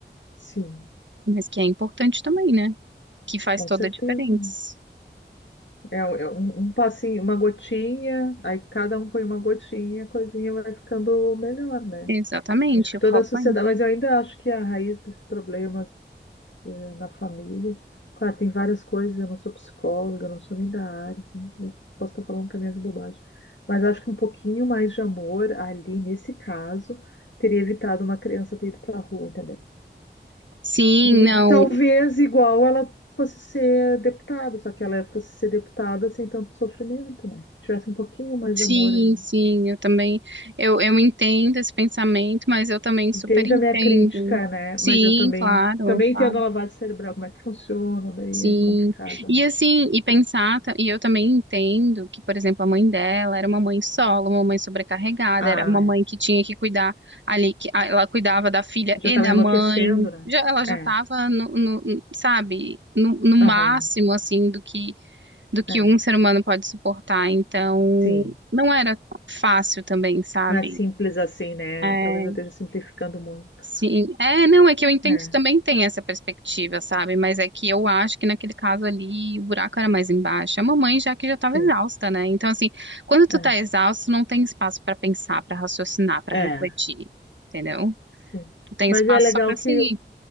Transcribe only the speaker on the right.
Mas que é importante também, né? Que faz
toda
a diferença.
Exatamente,
o
copo
aí.
Sim,
não.
Sim,
sim, eu também, eu, eu entendo esse pensamento, mas eu também super
entendo.
Sim,
claro,
claro,
sim.
E
assim, e pensar, ta- e eu também entendo que, por exemplo, a mãe dela era uma mãe solo, uma mãe sobrecarregada,
era uma mãe
que tinha que cuidar ali, que a- ela cuidava da filha
e
da
mãe,
já, ela já
estava no, no- sabe, no, no máximo,
assim, do que do que
um ser humano pode suportar. Então,
não era fácil também, sabe?
É,
sim. É, não, é que eu entendo
que também tem essa perspectiva, sabe? Mas é que eu acho que naquele caso ali o buraco era mais embaixo. A mamãe já que já estava
exausta, né? Então, assim, quando tu
tá exausto, não tem espaço para pensar, para raciocinar, para
refletir, entendeu?
Tu tem
espaço
só para seguir.